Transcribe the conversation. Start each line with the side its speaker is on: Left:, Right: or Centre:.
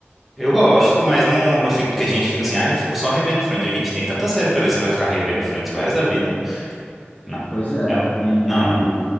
Centre: Eu gosto, mas não, não fico, porque a gente fica assim, ah, eu fico só revendo Friends. Gente, tem tanta série pra ver, você vai ficar revendo Friends pro resto da vida? Não.
Left: Pois é,
Centre: Ela-
Left: e,
Centre: Não, não.